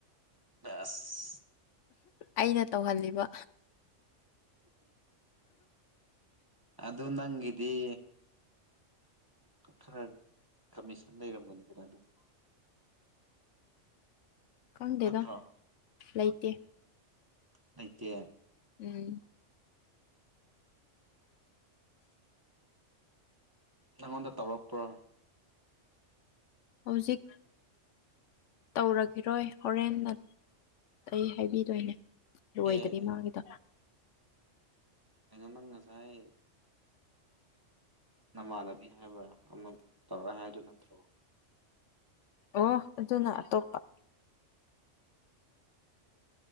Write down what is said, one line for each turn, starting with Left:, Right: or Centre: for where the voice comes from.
Right: ꯕꯦꯁ
Left: ꯑꯩꯅ ꯇꯧꯍꯜꯂꯤꯕ
Right: ꯑꯗꯨ ꯅꯪꯒꯤꯗꯤ ꯈꯔ ꯀꯃꯤꯁꯟ ꯂꯩꯔꯝꯒꯅꯤꯗꯅ ꯑꯗꯨꯒꯤ
Left: ꯈꯪꯗꯦꯗ
Right: ꯅꯠꯇ꯭ꯔꯣ
Left: ꯂꯩꯇꯦ
Right: ꯂꯩꯇꯦ
Left: ꯎꯝ
Right: ꯅꯪꯉꯣꯟꯗ ꯇꯧꯔꯛꯄ꯭ꯔꯣ
Left: ꯍꯧꯖꯤꯛ ꯇꯧꯔꯛꯈꯤꯔꯣꯏ ꯍꯣꯔꯦꯟꯅ ꯑꯩ ꯍꯥꯏꯕꯤꯗꯣꯏꯅꯦ
Right: ꯑꯦ
Left: ꯂꯣꯏꯗ꯭ꯔꯤ ꯃꯥꯒꯤ
Right: ꯀꯩꯅꯣ ꯅꯪ ꯉꯁꯥꯏ ꯅꯃꯥꯟꯅꯕꯤ ꯍꯥꯏꯕ꯭ꯔꯥ ꯑꯃ ꯇꯧꯔꯥ ꯍꯥꯏꯗꯨ ꯅꯠꯇ꯭ꯔꯣ
Left: ꯑꯣ ꯑꯗꯨꯅ ꯑꯇꯣꯞꯄ